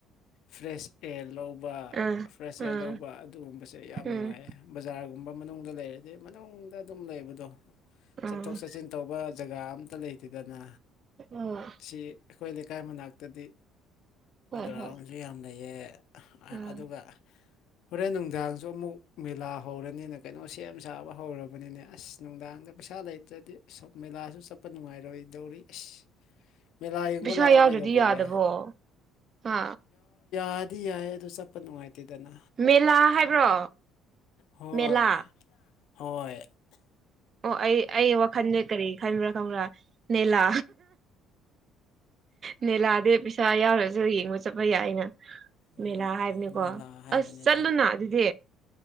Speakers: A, on the left; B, on the right.
A: ꯐ꯭ꯔꯦꯁ ꯑꯦꯌꯥꯔ ꯂꯧꯕ
B: ꯑꯥ
A: ꯐ꯭ꯔꯦꯁ ꯑꯦꯌꯥꯔ
B: ꯑꯥ
A: ꯂꯧꯕ ꯑꯗꯨꯒꯨꯝꯕꯁꯦ ꯌꯥꯝ
B: ꯎꯝ
A: ꯅꯨꯡꯉꯥꯏꯌꯦ ꯕꯖꯥꯔꯒꯨꯝꯕ ꯂꯩ
B: ꯎꯝ
A: ꯆꯠꯊꯣꯛ ꯆꯠꯁꯤꯟ ꯇꯧꯕ ꯖꯒꯥ ꯑꯝꯇ ꯂꯩꯇꯦꯗꯅ
B: ꯑꯣ
A: ꯁꯤ ꯑꯩꯈꯣꯏ ꯂꯩꯀꯥꯏ ꯃꯅꯥꯛꯇꯗꯤ
B: ꯍꯣꯏ
A: ꯒ꯭ꯔꯥꯎꯟꯁꯨ
B: ꯍꯣꯏ
A: ꯌꯥꯝ ꯂꯩꯌꯦ
B: ꯎꯝ
A: ꯑꯗꯨꯒ ꯍꯣꯔꯦꯟ ꯅꯨꯡꯗꯥꯡꯁꯨ ꯑꯃꯨꯛ ꯃꯦꯂꯥ ꯍꯧꯔꯅꯤꯅ ꯀꯩꯅꯣ ꯁꯦꯝ ꯁꯥꯕ ꯍꯧꯔꯕꯅꯤꯅꯦ ꯑꯁ ꯅꯨꯡꯗꯥꯡꯗ ꯄꯩꯁꯥ ꯂꯩꯇ꯭ꯔꯗꯤ ꯃꯦꯂꯥꯁꯨ ꯆꯠꯄ ꯅꯨꯡꯉꯥꯏꯔꯣꯏꯗꯧꯔꯤ ꯑꯁ ꯃꯦꯂꯥ ꯌꯦꯡꯕ
B: ꯄꯩꯁꯥ
A: ꯂꯥꯛꯑꯣ
B: ꯌꯥꯎꯗ꯭ꯔꯗꯤ
A: ꯀꯩꯗꯧꯕꯒꯦ
B: ꯌꯥꯗꯕꯣ ꯍꯥ
A: ꯑꯗꯨꯗꯤ ꯌꯥꯏ ꯑꯗꯨ ꯆꯞꯄ ꯅꯨꯡꯉꯥꯏꯤꯗꯅꯣ
B: ꯃꯦꯂꯥ ꯍꯥꯏꯕ꯭ꯔꯣ
A: ꯍꯣꯏ
B: ꯃꯦꯂꯥ
A: ꯍꯣꯏ
B: ꯑꯣ ꯑꯩ ꯑꯩ ꯋꯥꯈꯜꯗ ꯀꯔꯤ ꯈꯟꯕ꯭ꯔꯥ ꯈꯪꯕ꯭ꯔꯥ ꯅꯅꯤꯂꯥ ꯅꯅꯤꯂꯥꯗ ꯄ ꯆꯆꯥ ꯌꯥꯎꯔꯁꯨ ꯌꯦꯡꯕ ꯆꯠꯄ ꯌꯥꯏꯅ
A: ꯎꯝ,
B: ꯃꯦꯂꯥ ꯍꯥꯏꯕꯅꯤꯀꯣ
A: ꯃꯦꯂꯥ ꯍꯥꯏꯕꯅꯤꯗ
B: ꯑꯁ ꯆꯠꯂꯨꯅ ꯑꯗꯨꯗꯤ